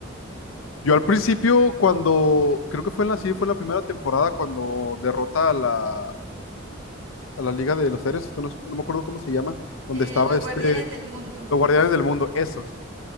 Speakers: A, on the left; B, on the right.
A: Yo al principio, cuando, creo que fue en la, sí, fue en la primera temporada cuando derrota a la, a la Liga de los Héroes, que no, sé- no me acuerdo cómo se llama, donde
B: Eh,
A: estaba
B: los
A: este,
B: guardianes del mundo.
A: Los Guardianes del Mundo, esos.